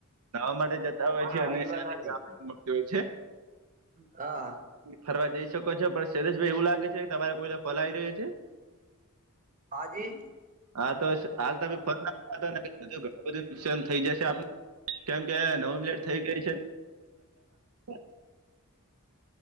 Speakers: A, on the right (about 80°); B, on the right (about 40°).
A: નવા માટે જતા હોય
B: હા
A: છે, અને
B: એ
A: <unintelligible>
B: વાત હાચી
A: હોય છે.
B: હા.
A: ફરવા જઈ શકો છો, પણ શૈલેષભાઈ એવું લાગે છે કે તમારે કોઈ કોલ આવી રહ્યો છે?
B: હાજી
A: હા તો હાલ તો ફોન <inaudible> ઘણું બધું <inaudible> થઈ જશે આપ કેમ કે નવ મિનિટ થઈ ગઈ છે <inaudible>